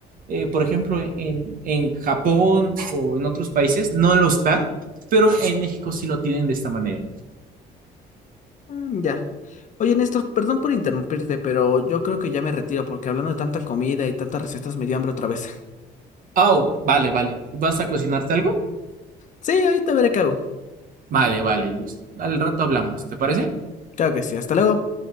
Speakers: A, on the right (about 55°); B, on the left (about 45°).
A: eh, por ejemplo, en, en Japón o en otros países no lo está, pero en México sí lo tienen de esta manera.
B: Mm, ya. Oye, Néstor, perdón por interrumpirte, pero yo creo que ya me retiro porque hablando de tanta comida y tantas recetas me dio hambre otra vez. <laughs>
A: Oh, vale, vale. ¿Vas a cocinarte algo?
B: Sí, ahorita veré qué hago.
A: Vale, vale, Luis. Al rato hablamos, ¿te parece?
B: Claro que sí, hasta luego.